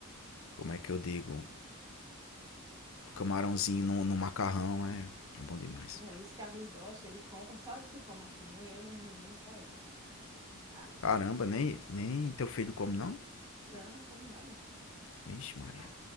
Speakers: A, on the left (about 65°); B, on the right (about 20°).
A: Como é que eu digo? Camarãozinho no, no macarrão é, é bom demais.
B: É, Luiz Carlos gosta, ele compra, só ele que come aqui, nem eu, nem os meninos, só ele. Ah,
A: Caramba, nem, nem teu filho come, não?
B: não, come nada.
A: Ixi, Maria.
B: Ah,